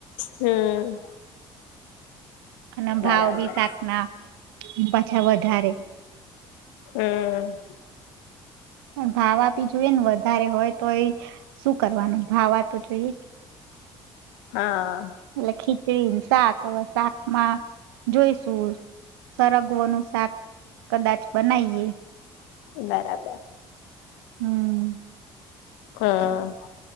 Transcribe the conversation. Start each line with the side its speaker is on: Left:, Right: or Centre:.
Left: હમ!
Right: અને
Left: બરાબર
Right: ભાવ બી શાક ના પાછા વધારે,
Left: હમ
Right: પણ ભાવ આપી જોય ને વધારે હોય તો, એ શું કરવાનું ભાવ જો એ <inaudible>
Left: હા
Right: લ ખી ડી શાક હવે શાકમાં જોઈશું, સરગવોનું શાક કદાચ બનાવીએ,
Left: બરાબર,
Right: હમ!
Left: હા!